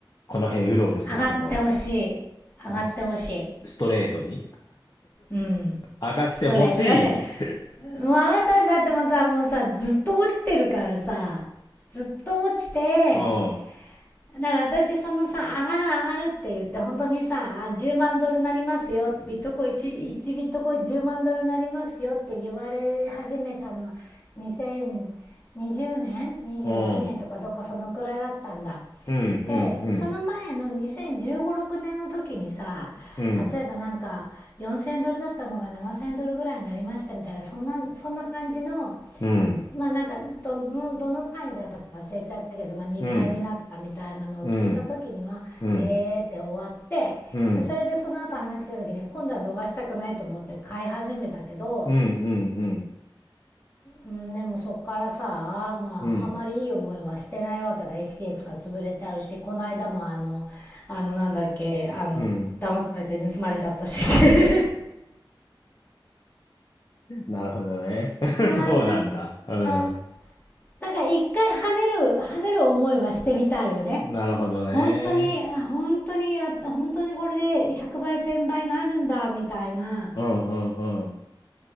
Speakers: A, on the left; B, on the left.
A: この辺うろうろすると思う
B: ー、上がってほしい。上がってほしい。
A: もうスストレートに
B: うん。
A: 上がってほしい
B: ストレート。だって、もう上がってほしいだってもさもうさずっと落ちてるからさずっと落ちて
A: うん
B: だから私そのさ上がる上がるって言って本当にさあ10万ドルなりますよビットコイン 1, 1ビットコイン10万ドルなりますよって言われ始めたのは2020年21年とかどっかそのくらいだったんだ
A: うんうんうん
B: でその前の20156年の時にさ
A: うん
B: 例えばなんか4,000ドルだったのが7,000ドルぐらいになりましたみたいなそんなそんな感じの
A: うん
B: まあなんかどのどの単位だったか忘れちゃったけど、まあ、2倍になったみたいなのを聞いた時には「へーって終わってでそれでその後話した時に今度は逃したくないと思って買い始めたけど
A: うんうんうんうんうんうんうん
B: うんでもそっからさまああまりいい思いはしてないわけだ
A: うんうんうん
B: FTX は潰れちゃうしこの間もあのあのなんだっけあの騙されて盗まれちゃったし
A: うん
B: <laughs> だか
A: なるほどね。<laughs>
B: ら
A: そうなんだ。うん。
B: なんか一回跳ねる跳ねる思いはしてみたいよね
A: なるほどね。
B: 本当に本当にやった本当にこれで100倍1000倍になるんだみたいな
A: うんうんうん。